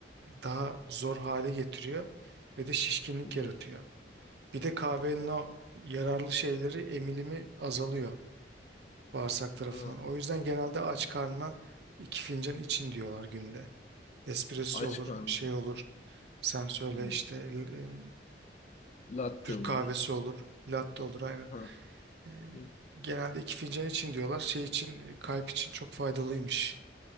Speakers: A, on the right; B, on the left.
A: daha zor hale getiriyor ve de şişkinlik
B: hmm,
A: yaratıyor. Bir de kahvenin o yararlı şeyleri emilimi azalıyor bağırsak tarafından.
B: Ha.
A: O yüzden genelde aç karnına iki fincan için diyorlar günde. Espresso
B: Aç
A: olur,
B: karnına.
A: şey olur, sen söyle
B: Hmm.
A: işte e,
B: Latte
A: Türk
B: olur.
A: kahvesi olur, latte olur aynen.
B: Ha.
A: E,
B: hmm.
A: genelde iki fincan için diyorlar. Şey için, e, kalp için çok faydalıymış.